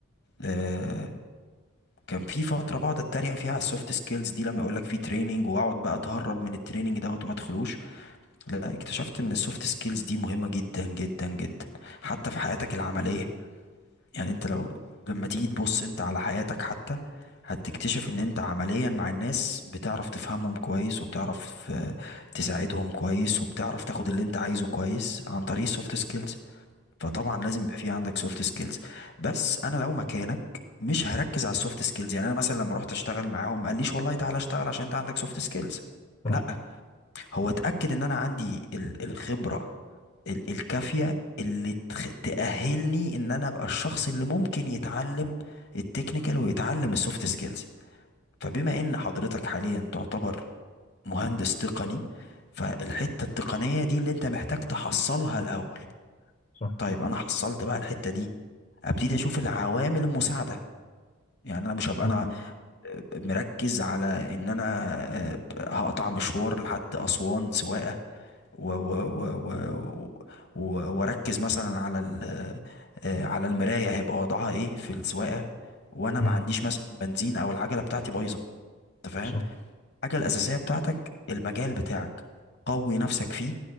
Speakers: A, on the left; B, on the left.
A: آه كان في فترة بقعد اتريق فيها على السوفت سكيلز دي لما يقول لك في تريننج واقعد بقى اتهرب من التريننج دوت وما ادخلوش لا اكتشفت ان السوفت سكيلز دي مهمة جدا جدا جدا حتى في حياتك العملية يعني انت لو لما تيجي تبص انت على حياتك حتى هتكتشف ان انت عمليا مع الناس بتعرف تفهمهم كويس وبتعرف آه، تساعدهم كويس وبتعرف تاخد اللي انت عايزه كويس عن طريق السوفت سكيلز فطبعا لازم يبقى في عندك سوفت سكيلز بس انا لو مكانك مش هركز على السوفت سكيلز يعني انا مثلا لما رحت اشتغل معاهم ما قاليش والله تعالى اشتغل عشان انت عندك سوفت سكيلز
B: صح
A: لا هو اتاكد ان انا عندي ال- الخبره ال- الكافية اللي تخ- تأهلني ان انا ابقى الشخص اللي ممكن يتعلم التكنيكال ويتعلم السوفت سكيلز فبما ان حضرتك حاليا تعتبر مهندس تقني فالحتة التقنية دي اللي انت محتاج تحصلها الاول
B: صح
A: طيب انا حصلت بقى الحتة دي ابتدي اشوف العوامل المساعدة يعني انا مش هبقى
B: مم.
A: انا آه، مركز على ان انا آه، هقطع مشوار لحد اسوان سواقة و و و و و- واركز مثلا على ال آه، على المرايه هيبقى وضعها ايه في السواقه وانا
B: مم.
A: ما عنديش مثلا بنزين او العجله بتاعتي بايظه انت فاهم
B: صح
A: الحاجه الاساسيه بتاعتك المجال بتاعك قوي نفسك فيه